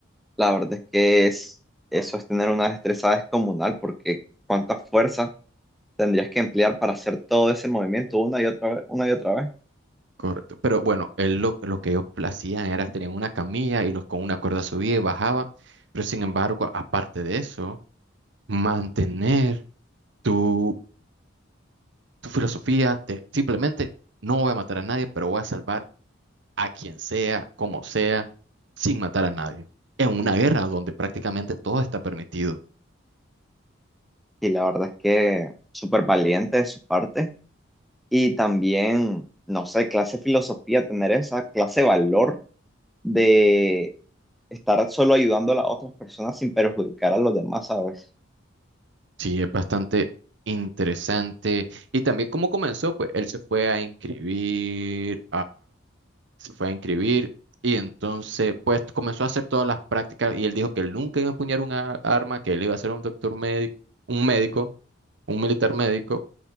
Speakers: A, in the centre; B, on the right.
A: La verdad es que es, eso es tener una destreza descomunal, porque cuánta fuerza tendrías que emplear para hacer todo ese movimiento una y otra vez, una y otra vez.
B: Correcto. Pero bueno, él lo, lo que ellos hacían era tener una camilla y los con una cuerda subía y bajaba. Pero sin embargo, aparte de eso, mantener tu, tu filosofía de simplemente no voy a matar a nadie, pero voy a salvar a quien sea, como sea, sin matar a nadie. En una guerra donde prácticamente todo está permitido.
A: Y la verdad es que súper valiente de su parte. Y también, no sé, clase de filosofía, tener esa clase de valor de estar solo ayudando a las otras personas sin perjudicar a los demás, ¿sabes?
B: Sí, es bastante interesante. Y también cómo comenzó, pues él se fue a inscribir se fue a inscribir y entonces pues comenzó a hacer todas las prácticas y él dijo que él nunca iba a empuñar un arma, que él iba a ser un doctor médico, un médico, un militar médico